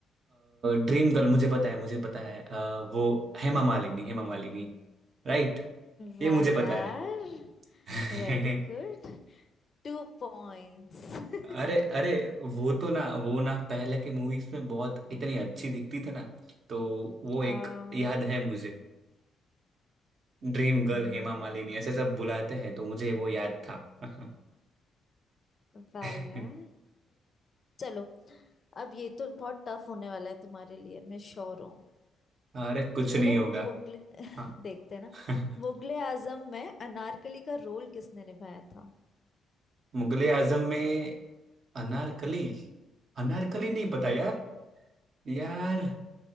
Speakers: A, on the right; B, on the left.
A: ड्रीम गर्ल मुझे पता है मुझे पता है अ, वो हेमा मालिनी हेमा मालिनी राइट
B: वाह
A: ये मुझे
B: यार
A: पता है <laughs>
B: वेरी गुड टू पॉइंट्स <laughs>
A: अरे अरे वो तो ना वो ना पहले के मूवीज में बहुत इतनी अच्छी दिखती थी ना तो वो एक
B: हाँ
A: याद है मुझे ड्रीम गर्ल
B: हम्म
A: हेमा मालिनी ऐसे सब बुलाते हैं तो मुझे वो याद था <laughs>
B: वाह
A: <laughs>
B: यार चलो अब ये तो बहुत टफ होने वाला है तुम्हारे लिए मैं श्योर हूँ
A: अरे कुछ
B: चलो
A: नहीं
B: तो
A: होगा
B: मुगले
A: हाँ
B: देखते हैं ना
A: <laughs>
B: मुगले आजम में अनारकली का रोल किसने निभाया था
A: मुगले आजम में अनारकली अनारकली नहीं
B: हम्म
A: पता यार यार